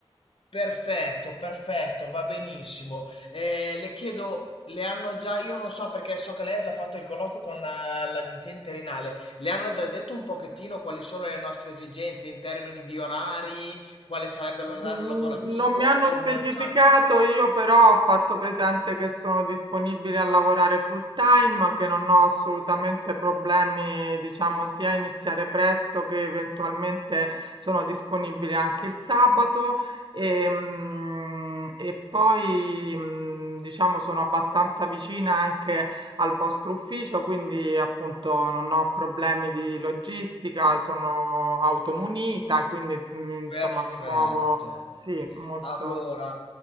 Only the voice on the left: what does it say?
perfetto, perfetto, va benissimo. Eh, le chiedo, le hanno già, io non so perché so che lei ha già fatto il colloquio con eh, l'agenzia interinale, le hanno già detto un pochettino quali sono le nostre esigenze in termini di orari, quale sarebbe l'orario
lavorativo
o
non sa?
Perfetto.
Allora,